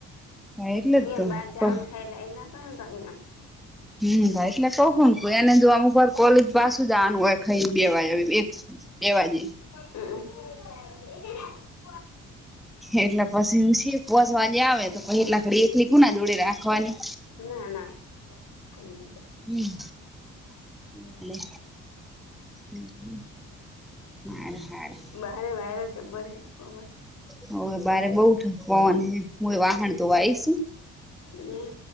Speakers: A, in the centre; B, on the left.
A: હા એટલે
B: ઇયે
A: જ તો
B: બાર જાવાનું
A: કોઈ
B: હે ટલે એ ના કરો તમે હો
A: હમ ગઈટલે તોહ એને જો અમુક વાર કોલેજ પાસું જવાનું હોય ખાઈને બે વા એક બે વાગે
B: હમ
A: એટલે પછી પોહસવા જ આવે તો પછ એટલા કરીડી એકલી કુ ના દોડી રાખવાની
B: ના ના એને
A: હમ એટલે હમ હમ હારું હારું
B: બાર માર જબ્બર હૈ પવન
A: હમ બારે બઉ પવન હે વાહન ધોવા આઈશું
B: હમ